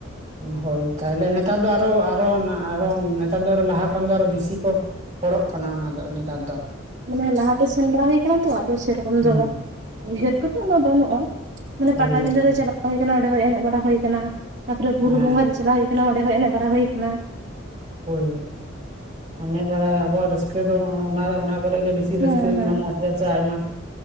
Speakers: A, on the right; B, on the right.
A: ᱦᱳᱭ ᱛᱟᱦᱞᱮ ᱱᱮᱛᱟᱨ ᱫᱚ ᱟᱨᱦᱚ ᱟᱨᱦᱚ ᱟᱨᱦᱚ ᱱᱮᱛᱟᱨ ᱫᱚ ᱞᱟᱦᱟ ᱛᱚᱠᱷᱚᱱ ᱫᱚ ᱟᱨᱚ ᱵᱮᱥᱤ ᱠᱚ ᱦᱚᱲᱚᱜ ᱠᱟᱱᱟ ᱚᱱᱟ ᱫᱚ ᱱᱮᱛᱟᱨ ᱫᱚ
B: ᱢᱟᱱᱮ ᱞᱟᱦᱟᱛᱮ ᱥᱮᱱ ᱵᱟᱲᱟ ᱦᱳᱭ ᱟᱠᱟᱱᱟ ᱛᱚ ᱟᱫᱚ ᱥᱮᱨᱚᱠᱚᱢ
A: ᱦᱩᱸ
B: ᱫᱚ ᱩᱭᱦᱟᱹᱨ ᱠᱚᱫᱚ ᱩᱱᱟᱹᱜ ᱵᱟᱹᱱᱩᱜᱼᱟ ᱾ ᱢᱟᱱᱮ
A: ᱦᱳᱭ
B: ᱯᱟᱴᱟᱵᱤᱫᱟᱹ
A: ᱦᱳᱭ
B: ᱨᱮ ᱪᱟᱞᱟᱣ ᱦᱳᱭ ᱠᱟᱱᱟ ᱚᱸᱰᱮ ᱦᱚᱸ ᱮᱱᱮᱡ ᱵᱟᱲᱟ ᱦᱳᱭ ᱠᱟᱱᱟ ᱾ ᱛᱟᱯᱚᱨᱮ
A: ᱦᱮᱸ
B: ᱵᱩᱨᱩ ᱵᱚᱸᱜᱟ ᱨᱮ ᱪᱟᱞᱟᱣ ᱦᱳᱭ ᱟᱠᱟᱱᱟ ᱚᱸᱰᱮ ᱦᱚᱸ ᱮᱱᱮᱡ ᱵᱟᱲᱟ ᱦᱳᱭ ᱟᱠᱟᱱᱟ ᱾
A: ᱦᱳᱭ ᱦᱳᱭ ᱮᱱᱮᱡ ᱵᱟᱲᱟᱭ ᱟᱵᱚᱣᱟᱜ ᱨᱟᱹᱥᱠᱟᱹ ᱫᱚ ᱚᱱᱟ ᱠᱚᱨᱮ ᱜᱮ ᱵᱤᱥᱤ
B: ᱦᱮᱸ
A: ᱨᱟᱹᱥᱠᱟᱹ
B: ᱦᱮᱸ
A: ᱧᱟᱢᱚᱜᱼᱟ ᱾ ᱴᱷᱤᱠ ᱟᱪᱷᱮ ᱟᱭᱢᱟ ᱾